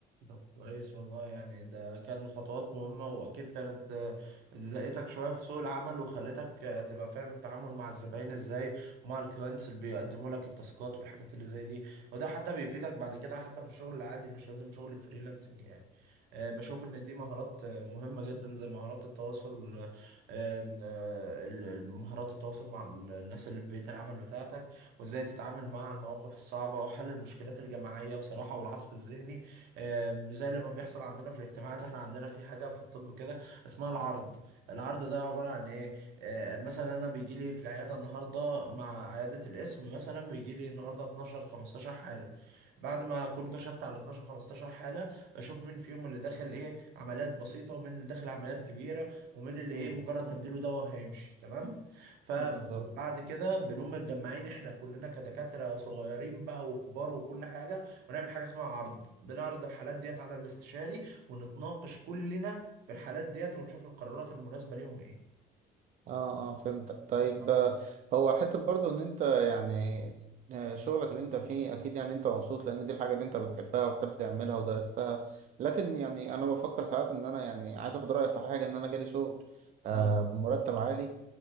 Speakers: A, on the right (about 80°); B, on the right (about 50°).
A: طب كويس والله يعني ده كان خطوات مهمة وأكيد كانت آه، زقتك شوية في سوق العمل وخلتك آه، تبقى فاهم التعامل مع الزباين إزاي ومع الكلاينتس اللي بيقدموا لك التاسكات والحاجات اللي زي دي وده حتى بيفيدك بعد كده حتى في الشغل العادي مش لازم شغل الفريلانسنج يعني آه، بشوف إن دي مهارات آه، مهمة جدا زي مهارات التواصل آه، آه، ال- ال- مهارات التواصل مع ال- الناس اللي في بيئة العمل بتاعتك وإزاي تتعامل مع المواقف الصعبة وحل المشكلات الجماعية بصراحة والعصف الذهني آم، زي لما بيحصل عندنا في الاجتماعات احنا عندنا في حاجة في الطب كده اسمها العرض العرض ده عبارة عن ايه آه، مثلا انا بيجي لي في العيادة النهاردة مع عيادة القسم مثلا بيجي لي النهاردة 12 15 حالة بعد ما اكون كشفت على 12 15 حالة بشوف مين فيهم اللي داخل ايه عمليات بسيطة ومين اللي داخل عمليات كبيرة ومين اللي
B: مم.
A: ايه مجرد هديله دواء هيمشي تمام فبعد
B: بالظبط
A: كده بنقوم متجمعين احنا كلنا كدكاترة صغيرين بقى وكبار وكل حاجة ونعمل حاجه اسمها عرض بنعرض الحالات ديت على الاستشاري ونتناقش كلنا في الحالات ديت ونشوف القرارات المناسبه ليهم ايه
B: اه اه فهمتك طيب
A: اه
B: آه، هو حتة برضو ان انت يعني آه، شغلك اللي انت فيه اكيد يعني انت مبسوط لان دي الحاجة اللي انت بتحبها وبتحب تعملها ودرستها لكن يعني انا بفكر ساعات ان انا يعني عايز اخد رأيك في حاجة ان انا جالي شغل آه
A: اه
B: بمرتب عالي